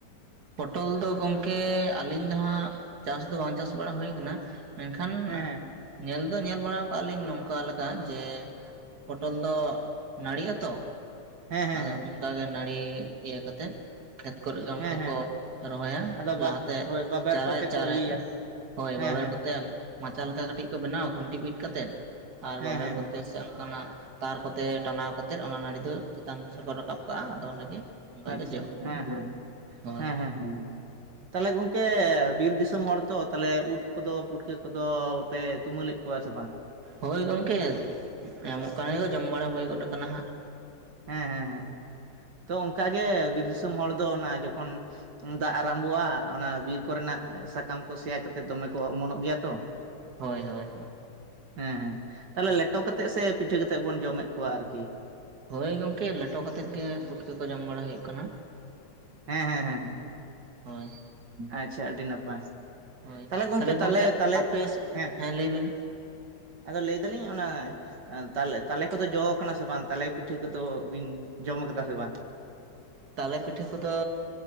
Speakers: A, on the right (about 65°); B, on the right (about 80°).
A: ᱯᱚᱴᱚᱞ ᱫᱚ ᱜᱚᱢᱠᱮ ᱟᱹᱞᱤᱧ ᱫᱚ ᱦᱟᱸᱜ ᱪᱟᱥ ᱫᱚ ᱵᱟᱝ ᱪᱟᱥ ᱵᱟᱲᱟ ᱦᱩᱭ ᱠᱟᱱᱟ᱾ ᱢᱮᱱᱠᱷᱟᱱ
B: ᱦᱮᱸ ᱦᱮᱸ
A: ᱧᱮᱞ ᱫᱚ ᱧᱮᱞ ᱵᱟᱲᱟ ᱠᱟᱜ ᱞᱤᱧ ᱱᱚᱝᱠᱟ ᱞᱮᱠᱟ ᱡᱮ ᱯᱚᱴᱚᱞ ᱫᱚ ᱱᱟᱹᱲᱤᱜ ᱟᱛᱚ᱾
B: ᱦᱮᱸ ᱦᱮᱸ
A: ᱟᱫᱚ
B: ᱦᱮᱸ
A: ᱚᱱᱠᱟᱜᱮ ᱱᱟᱹᱲᱤ ᱤᱭᱟᱹ ᱠᱟᱛᱮᱜ ᱠᱷᱮᱛ ᱠᱚᱨᱮ ᱫᱚ ᱚᱱᱠᱟ
B: ᱦᱮᱸ ᱦᱮᱸ
A: ᱠᱚ ᱨᱚᱦᱚᱭᱟ
B: ᱟᱫᱚ ᱵᱟᱵ
A: ᱞᱟᱦᱟᱛᱮ
B: ᱦᱳᱭ ᱵᱟᱵᱮᱨ
A: ᱪᱟᱨᱟᱭ
B: ᱠᱚᱛᱮ
A: ᱪᱟᱨᱟᱭ
B: ᱠᱚ ᱤᱭᱟᱹᱭᱟ
A: ᱦᱳᱭ
B: ᱦᱮᱸ
A: ᱵᱟᱵᱮᱨ
B: ᱦᱮᱸ
A: ᱠᱚᱛᱮ ᱢᱟᱪᱟ ᱞᱮᱠᱟ ᱠᱟᱹᱴᱤᱡ ᱠᱚ ᱵᱮᱱᱟᱣᱟ ᱠᱷᱩᱱᱴᱤ ᱵᱤᱫ ᱠᱟᱛᱮᱫ ᱟᱨ
B: ᱦᱮᱸ
A: ᱵᱟᱵᱮᱨ
B: ᱦᱮᱸ
A: ᱠᱚᱛᱮ
B: ᱦᱮᱸ
A: ᱥᱮ ᱚᱱᱠᱟᱱᱟᱜ ᱛᱟᱨ ᱠᱚᱛᱮ ᱴᱟᱱᱟᱣ ᱠᱟᱛᱮᱫ ᱚᱱᱟ ᱱᱟᱹᱲᱤ ᱫᱚ ᱪᱮᱛᱟᱱ ᱥᱮᱠᱚ ᱨᱟᱠᱟᱵ ᱠᱟᱜᱼᱟ ᱟᱫᱚ ᱚᱸᱰᱮ ᱜᱮ ᱚᱱᱠᱟ
B: ᱟᱪᱪᱷᱟ
A: ᱜᱮ ᱡᱚᱜᱼᱟ
B: ᱦᱮᱸ ᱦᱮᱸ
A: ᱦᱳᱭ
B: ᱦᱮᱸ ᱦᱮᱸ ᱦᱮᱸ ᱛᱟᱦᱚᱞᱮ ᱜᱚᱝᱠᱮ ᱵᱤᱨ ᱫᱤᱥᱚᱢ ᱦᱚᱲ ᱛᱚ ᱛᱟᱦᱚᱞᱮ ᱩᱫ ᱠᱚᱫᱚ ᱯᱩᱴᱠᱟᱹ ᱠᱚᱫᱚ ᱯᱮ ᱛᱩᱢᱟᱹᱞᱮᱫ ᱠᱚᱣᱟ ᱥᱮ ᱵᱟᱝ?
A: ᱦᱳᱭ ᱜᱚᱢᱠᱮ ᱧᱟᱢᱚᱜ ᱠᱟᱱ ᱜᱮᱭᱟ ᱡᱚᱢ ᱵᱟᱲᱟ ᱦᱩᱭ ᱜᱚᱫ ᱠᱟᱱᱟ ᱦᱟᱸᱜ
B: ᱦᱮᱸ ᱦᱮᱸ ᱦᱮᱸ ᱛᱚ ᱚᱱᱠᱟᱜᱮ ᱵᱤᱨ ᱫᱤᱥᱚᱢ ᱦᱚᱲ ᱫᱚ ᱚᱱᱟ ᱡᱚᱠᱷᱚᱱ ᱫᱟᱜ ᱟᱨᱟᱢᱵᱷᱚᱜᱼᱟ ᱚᱱᱟ ᱵᱤᱨ ᱠᱚᱨᱮᱱᱟᱜ ᱥᱟᱠᱟᱢ ᱠᱚ ᱥᱮᱭᱟ ᱠᱟᱛᱮᱜ ᱫᱚᱢᱮ ᱠᱚ ᱚᱢᱚᱱᱚᱜ ᱜᱮᱭᱟ ᱛᱚ
A: ᱦᱳᱭ ᱦᱳᱭ
B: ᱦᱮᱸ ᱦᱮᱸ ᱛᱟᱦᱚᱞᱮ ᱞᱮᱴᱚ ᱠᱟ ᱠᱟᱛᱮᱫ ᱥᱮ ᱯᱤᱴᱷᱟᱹ ᱠᱟᱛᱮᱫ ᱵᱚᱱ ᱡᱚᱢᱮᱫ ᱠᱚᱣᱟ ᱟᱨᱠᱤ?
A: ᱦᱳᱭ ᱜᱚᱢᱠᱮ ᱞᱮᱴᱚ ᱠᱟ ᱠᱟᱛᱮᱫ ᱜᱮ ᱯᱩᱴᱠᱟᱹ ᱠᱚ ᱡᱚᱢ ᱵᱟᱲᱟ ᱦᱩᱭᱩᱜ ᱠᱟᱱᱟ
B: ᱦᱮᱸ ᱦᱮᱸ ᱦᱮ ᱦᱮᱸ
A: ᱦᱳᱭ
B: ᱟᱪᱪᱷᱟ ᱟᱹᱰᱤ ᱱᱟᱯᱟᱭ
A: ᱦᱳᱭ
B: ᱛᱟᱦᱞᱮ ᱜᱚᱢᱠᱮ
A: ᱛᱟᱦᱚᱞᱮ
B: ᱛᱟᱞᱦᱮ ᱛᱟᱞᱦᱮ
A: ᱟᱯᱮ
B: ᱦᱮᱸ
A: ᱞᱟᱹᱭ ᱵᱤᱱ
B: ᱟᱫᱚ ᱞᱟᱹᱭ ᱫᱟᱞᱤᱧ ᱚᱱᱟ ᱛᱟᱞᱮ ᱛᱟᱞᱮ ᱠᱚᱫᱚ ᱡᱚ ᱠᱟᱱᱟ ᱥᱮ ᱵᱟᱝ? ᱛᱟᱞᱮ ᱯᱤᱴᱷᱟᱹ ᱠᱚᱫᱚ ᱵᱤᱱ ᱡᱚᱢ ᱠᱟᱫᱟ ᱥᱮ ᱵᱟᱝ?
A: ᱛᱟᱞᱮ ᱯᱤᱴᱷᱟᱹ ᱠᱚᱫᱚ